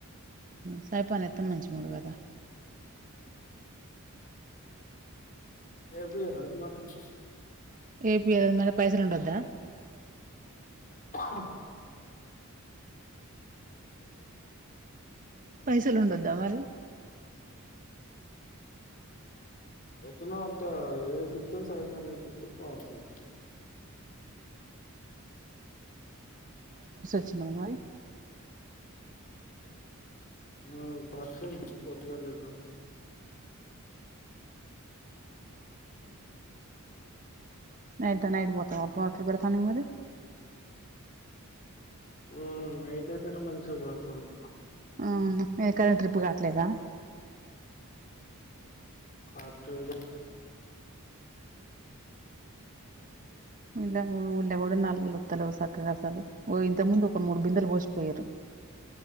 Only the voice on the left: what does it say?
<unintelligible>
ఆ
ఎట్టనో అట్ట ఎపిత్తం సరిపోని పారుతుంది
ఆ పర్స్ నుంచి పొద్దుగాల లేద్దం
హు మ్ నైటైతెనే మంచిగ పరుతాంద్
కాట్లేదు